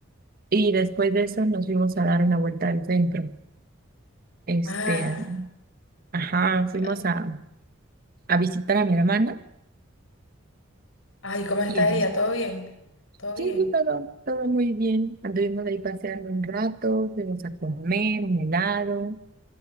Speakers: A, on the right; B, on the left.
A: Y después de eso nos fuimos a dar una vuelta al centro. Este,
B: Ah,
A: ajá, fuimos
B: ya.
A: a, a visitar a mi hermana
B: ay, ¿cómo está
A: y es,
B: ella? ¿Todo bien? ¿Todo bien?
A: sí, sí, todo, todo muy bien. Anduvimos ahí paseando un rato, fuimos a comer un helado.